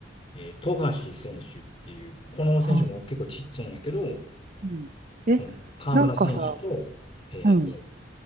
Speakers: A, on the left (about 30°); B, on the right (about 45°).
A: えー、富樫選手っていう、この選手も結構ちっちゃいんやけど、
B: はあ。うん。え、
A: この河村選手と、
B: なんかさ
A: えっと、
B: うん、